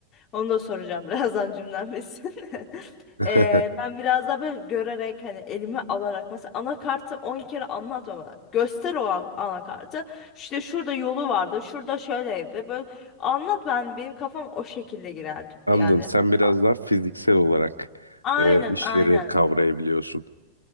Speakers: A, on the left; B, on the right.
A: Onu da soracağım <laughs> birazdan cümlem bitsin. <laughs>
B: hı.
A: Ee,
B: <laughs>
A: ben biraz daha böyle görerek hani elime alarak mesela anakartı 10 kere anlatma bana. Göster o a- anakartı. İşte şurada yolu vardı. Şurada şöyleydi. Böyle anlat ben benim kafam o şekilde girerdi
B: Anladım.
A: yani.
B: Sen biraz
A: A-
B: daha fiziksel olarak
A: Aynen
B: e, işleri
A: aynen.
B: kavrayabiliyorsun.